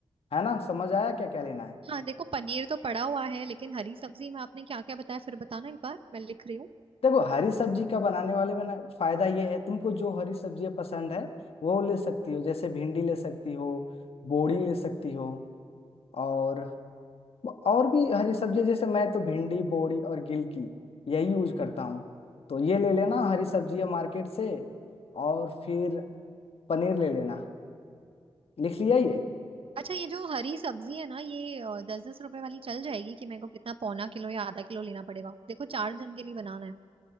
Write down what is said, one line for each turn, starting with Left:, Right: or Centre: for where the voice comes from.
Left: है ना समझ आया क्या क्या लेना है
Right: हाँ देखो पनीर तो पड़ा हुआ है लेकिन हरी सब्जी में आपने क्या क्या बताया फिर बताना एक बार मैं लिख रही हूँ
Left: देखो हरी सब्जी का बनाने वाले में ना फायदा ये है तुमको जो हरी सब्जियां पसंद है वो ले सकती हो जैसे भिंडी ले सकती हो बोड़ी ले सकती हो और और भी हरी सब्जी जैसे मैं तो भिंडी बोड़ी और गिलकी यही यूज करता हूँ तो ये ले लेना हरी सब्जियां मार्केट से और फिर पनीर ले लेना लिख लिया ये
Right: अच्छा ये जो हरी सब्जी है ना ये दस दस रुपए वाली चल जाएगी कि मेरे को कितना पौना किलो या आधा किलो लेना पड़ेगा देखो चार जन के लिए बनाना है